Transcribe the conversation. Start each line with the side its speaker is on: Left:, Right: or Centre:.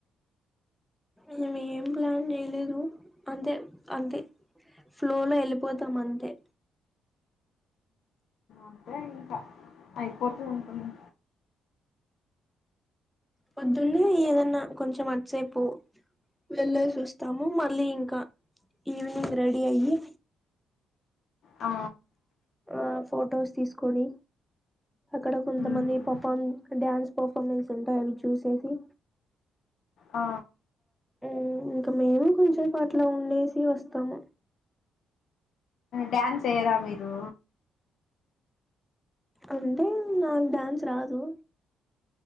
Centre: మేము ఏం ప్లాన్ చేయలేదు అంతే అంతే ఫ్లోలో వెళ్ళిపోతాం అంతే
Left: అంతే ఇంకా అయిపోతూ ఉంటుంది
Centre: పొద్దున్నే ఏదన్నా కొంచెం అదిసేపు వెళ్ళేసి వస్తాము మళ్ళీ ఇంకా ఈవినింగ్ రెడీ అయ్యి
Left: ఆ
Centre: ఆ ఫొటోస్ తీసుకొని అక్కడ కొంతమంది
Left: ఉమ్
Centre: పెర్ఫార్మె డ్యాన్స్ పర్ఫార్మెన్స్ ఉంటాయి అవి చూసేసి
Left: ఆ
Centre: ఉ మ్ ఇంకా మేము కొంచెం పట్లో ఉండేసి వస్తాము
Left: డ్యాన్స్ ఏయ్యరా మీరు
Centre: అంటే నాకు డ్యాన్స్ రాదు